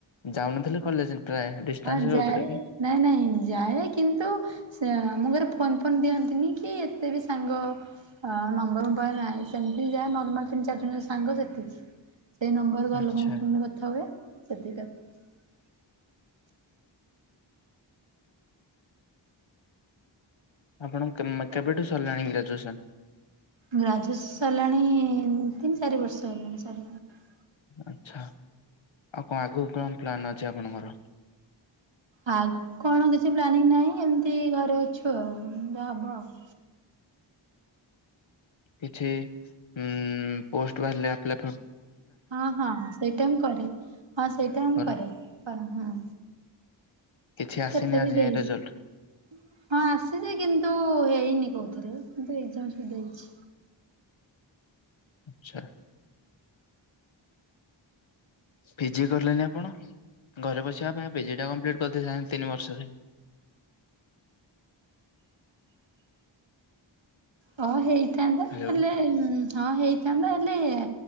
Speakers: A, on the left (about 75°); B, on the right (about 70°).
A: ଯାଉନଥିଲେ କଲେଜ ପ୍ରାୟ ଡିଷ୍ଟାନ୍ସରେ
B: ହଁ, ଯାଏ
A: ରହୁଥିଲେ କି?
B: ନାଇଁ ନାଇଁ ଯାଏ କିନ୍ତୁ ସେ ଆମ ଘରେ ଫୋନ୍ ଫୋନ୍ ଦିଅନ୍ତିନି କି ଏତେ ବି ସାଙ୍ଗ ହଁ, ନମ୍ବର ମୋ ପାଖରେ ନାହିଁ ସେମିତି ଯାହା ନର୍ମାଲ୍ ତିନି ଚାରି ଜଣ ସାଙ୍ଗ ସେତିକି। ସେଇ ନମ୍ବରରେ ଘର
A: ଆଚ୍ଛା
B: ଲୋକଙ୍କ ଫୋନରେ କଥା ହୁଏ ସେତିକି କାଫି।
A: ଆପଣ କେବେଠୁ ସରିଲାଣି ଗ୍ରାଜୁଏସନ୍?
B: ଗ୍ରାଜୁଏସ ସରିଲାଣି ତିନି, ଚାରି ବର୍ଷ ହେଲାଣି ସରିଲାଣି।
A: ଆଚ୍ଛା ଆଉ କଣ ଆଗକୁ କଣ ପ୍ଲାନ୍ ଅଛି ଆପଣଙ୍କର?
B: ଆ କଣ କିଛି ପ୍ଲାନିଂ ନାହିଁ ଏମିତି ଘରେ ଅଛୁ ଆଉ ହବ ଆଉ।
A: କିଛି ଉଁ ପୋଷ୍ଟ ବାହାରିଲେ ଆପ୍ଲା
B: ହଁ ହଁ ସେଇଟା ମୁ କରେ ହଁ ସେଇଟା
A: କର
B: ମୁ କରେ ହଁ।
A: କିଛି ଆସିନି
B: କେତେ
A: ଆଜି
B: ବି ଦେଇଛି
A: ଯାଏଁ ରେଜଲ୍ଟ
B: ହଁ ଆସିଛି କିନ୍ତୁ ହେଇନି କୋଉଥିରେ। ମୁଁ ତୁ ଏଜାମ ସବୁ ଦେଇଛି।
A: ଆଚ୍ଛା। ପିଜି କଲେନି ଆପଣ ଘରେ ବସିବା ପାଇଁ ପିଜି ଟା କମ୍ପ୍ଲିଟ କରିଦେଇଥାନ୍ତେ ତିନି ବର୍ଷରେ।
B: ହଁ ହେଇଥାନ୍ତା
A: ହ୍ୟାଲୋ
B: ହେଲେ ହଁ ହେଇଥାନ୍ତା ହେଲେ ଏ